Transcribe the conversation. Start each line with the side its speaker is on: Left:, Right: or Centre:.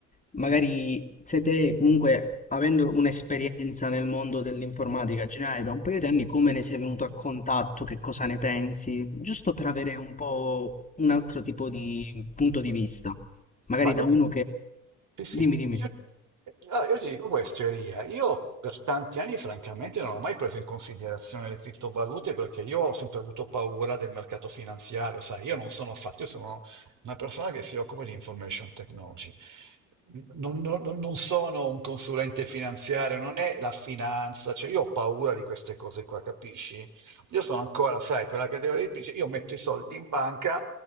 Left: magari se te comunque avendo un'esperienza nel mondo dell'informatica generale da un paio di anni, come ne sei venuto a contatto, che cosa ne pensi, giusto per avere un po' un altro tipo di punto di vista, magari
Right: Ma io
Left: da uno
Right: ti,
Left: che...
Right: sì, sì,
Left: Dimmi, dimmi.
Right: io, allora, io ti dico questo, Elia. Io per tanti anni, francamente, non ho mai preso in considerazione le criptovalute perché io ho sempre avuto paura del mercato finanziario, sai, io non sono affatto, io sono una persona che si occupa di information technology. Non, non- non- non sono un consulente finanziario, non è la finanza, cioè io ho paura di queste cose qua, capisci? Io sono ancora, sai, quella categoria che dice io metto i soldi in banca.